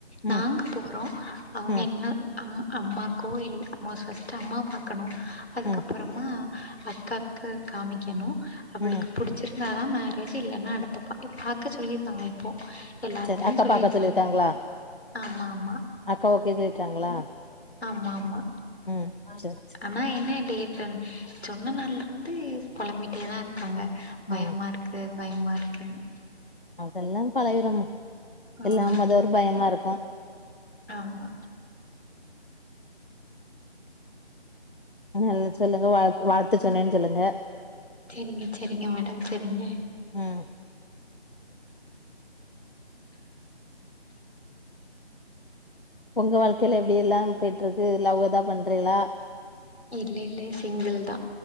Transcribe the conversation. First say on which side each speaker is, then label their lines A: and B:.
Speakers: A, on the left; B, on the left.
A: ம்
B: நாங்க போறோ அவங்க
A: ம்
B: என்ன அம் அம்மாக்கோ இல்ல அம்மா ஸ்ட்டம் அம்மா பாக்கணு அதுக்கப்பறமா
A: ம்
B: அக்காக்கு காமிக்கணு அவளுக்கு
A: ம்
B: புடிச்சிருந்தா தான் மேரேஜ் இல்லன்னா அடுத்தப் பா பாக்க சொல்லியிருந்தாங்க இப்போ எல்லா
A: சரி
B: எடத்துலயு
A: அக்கா
B: சொல்லிருக்காங்க
A: பாக்க சொல்லிருக்காங்களா
B: ஆமா ஆமா
A: அக்கா ஓகே சொல்லிட்டாங்களா
B: ஆமா ஆமா
A: ம் சேர் சேர்
B: ஆனா என்ன டேட்டன் சொன்ன நாள்ல இருந்து புழம்பிட்டேதா இருக்காங்க பயமா
A: ம்
B: இருக் க்கு பயமா இருக்குன்னு
A: அதெல்லா பலகுறம்மா
B: ம்
A: எல்லா மொத ஒரு பயமா இருக்கு
B: ஆமா
A: ஆ நல் சொல்லுங்க வாழ் வாழ்த்து சொன்னேன்னு சொல்லுங்க
B: சேரிங்க சேரிங்க மேடம் சேரிங்க
A: ம் ஒங்க வாழ்க்கையில எப்டி எல்லா போயிட்ருக்கு லவ்தா பண்றேலா
B: இல்ல இல்லை சிங்கிள் தா